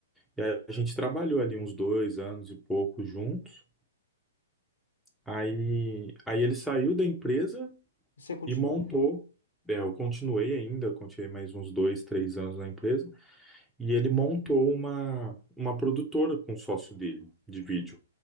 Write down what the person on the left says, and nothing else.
uhum.
Você continuou.